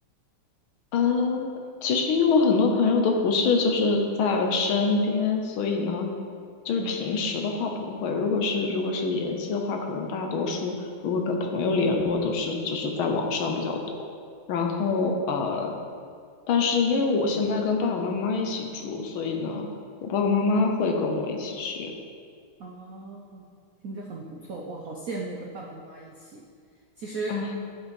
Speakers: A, on the left (about 70°); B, on the right (about 70°).
A: 嗯，其实因为我很多朋友都不是就是在身边，所以呢，就是平时的话不会。
B: 嗯，
A: 如果是如果是联系的话，可能大多数如果跟朋友联络都是就是在网上比较多。然后呃，但是因为我现在跟爸爸妈妈一起住，所以呢，我爸爸妈妈会跟我一起去
B: 哦，听着很不错，哇，好羡慕跟爸爸妈妈一起。其实，
A: 啊。